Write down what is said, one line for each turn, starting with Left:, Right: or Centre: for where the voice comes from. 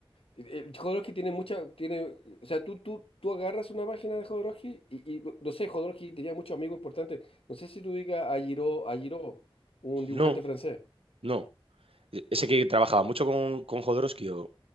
Left: Eh, eh, Jodorowsky tiene mucha, tiene, o sea, tú, tú, tú agarras una página de Jodorowsky y, y no no sé, Jodorowsky tenía muchos amigos importantes. No sé si tú digas a Giraud, a Giraud, un dibujante
Right: No,
Left: francés.
Right: no. E- Ese
Left: Eh,
Right: que trabajaba mucho con, con Jodorowsky o...